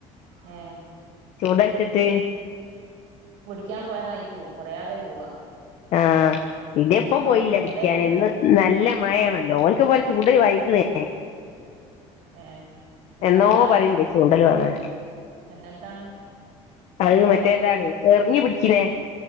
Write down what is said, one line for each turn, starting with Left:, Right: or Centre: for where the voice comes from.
Right: ആ
Left: ചുണ്ട ഇട്ടിട്ട്
Right: ക്കാൻ പോയതായിക്കും പറയാതെ പോവാ.
Left: ആ ഇതിപ്പം
Right: പക്ഷെ
Left: പോയില്ല
Right: ഓന് കിട്ടലൊന്നുല്ല
Left: പിടിക്കാൻ ഇന്ന്. നല്ല മഴയാണല്ലോ ഓനക്ക് ഇതുപോലെ ചൂടല് വാങ്ങിക്കണേ
Right: ഏ
Left: എന്നോ
Right: സാധാ
Left: പറയണ്ട്
Right: അങ്ങനെ
Left: ചൂണ്ടല് വാങ്ങാൻ
Right: എങ്ങനത്താണ്
Left: <unintelligible> അത്
Right: ഇപ്പ
Left: മറ്റേതാണ് അറിഞ്ഞു പിടിക്കണേ